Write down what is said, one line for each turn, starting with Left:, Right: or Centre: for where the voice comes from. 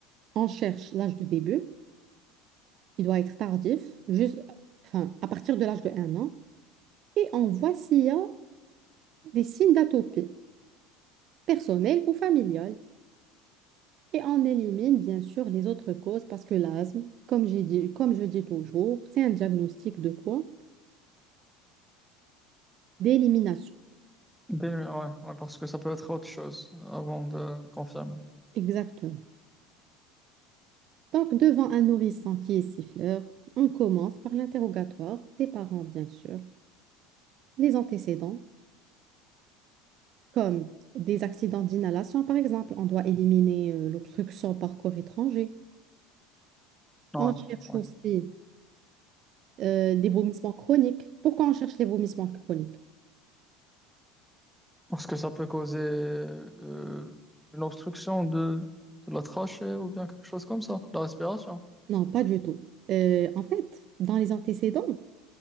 Right: on cherche l'âge de début. Il doit être tardif, juste, enfin, à partir de l'âge de un an. Et on voit s'il y a des signes d'atopie, personnelle ou familiale. Et on élimine bien sûr les autres causes parce que l'asthme, comme j'ai dit, comme je dis toujours, c'est un diagnostic de quoi? D'élimination.
Centre: Des le- ouais, ouais, parce que ça peut être autre chose avant de confirmer.
Right: Exactement. Donc, devant un nourrisson qui est siffleur, on commence par l'interrogatoire des parents, bien sûr, les antécédents, comme des accidents d'inhalation, par exemple. On doit éliminer euh, l'obstruction par corps étranger.
Centre: Ouais.
Right: On cherche
Centre: ouais.
Right: aussi euh, des vomissements chroniques. Pourquoi on cherche les vomissements chroniques?
Centre: Parce que ça peut causer euh, une obstruction de, de la trachée ou bien quelque chose comme ça, la respiration.
Right: Non, pas du tout. Euh, en fait, dans les antécédents,